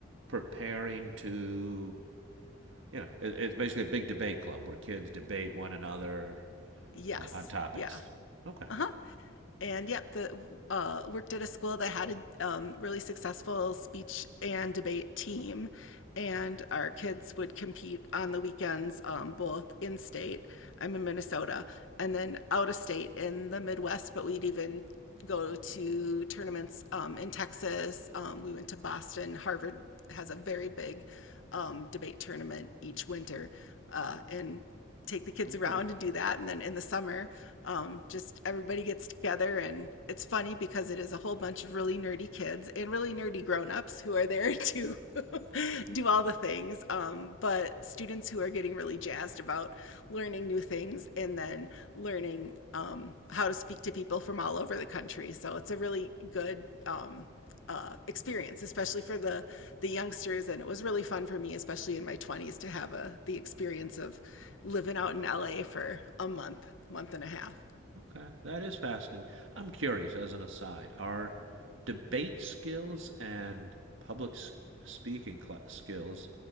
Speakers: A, on the right; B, on the left.
A: preparing to you know it, it's basically a big debate club where kids debate one another
B: yes
A: uh, on topics.
B: yeah
A: Okay.
B: uh huh. and yep, the uh, worked at a school that had a um, really successful speech and debate team, and our kids would compete on the weekends, um, both in state. I'm in Minnesota, and then out of state in the Midwest. But we'd even go to tournaments um, in Texas. Um, we went to Boston. Harvard has a very big um, debate tournament each winter, uh, and take the kids
A: Okay.
B: around and do that. And then in the summer, um, just everybody gets together. And it's funny because it is a whole bunch of really nerdy kids and really nerdy grown-ups who are there to <laughs> do all the things. Um, but students who are getting really jazzed about learning new things and then learning um, how to speak to people from all over the country. So it's a really good um, uh, experience, especially for the the youngsters. And it was really fun for me, especially in my twenties, to have a the experience of living out in LA for a month, month and a half.
A: Okay. That is fascinating. I'm curious, as an aside, are debate skills and public s- speaking cla skills,